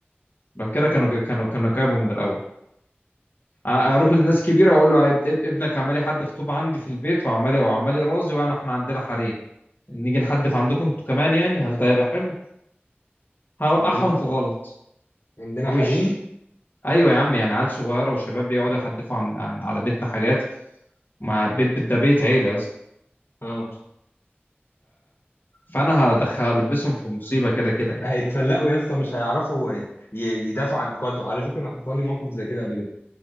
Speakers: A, on the left; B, on the left.
A: لو كده كانوا كانوا كانوا جابوا من الأول أ- اروح للناس كبيره اقول له اب- اب- ابنك عمال يحدف طوب عندي في البيت وعمال وعمال يرازي وانا احنا عندنا حريم نيجي نحدف عندكم انتوا كمان يعني هل ده هيبقى حلو هوقعهم
B: عندنا
A: في غلط
B: عندنا
A: وش
B: حريم
A: ايوه يا عم يعني عيال صغيره وشباب بيقعدوا يحدفوا عن, عن على بيتنا حاجات مع بيت بيت- ده بيت عيله يا اسطى
B: اه
A: فانا هدخل البسهم في مصيبه كده كده يعني
B: هيتفلقوا يا اسطى مش هيعرفوا ي- يدافعوا عن اخواته على فكره انا حصل لي موقف زي كده قبل كده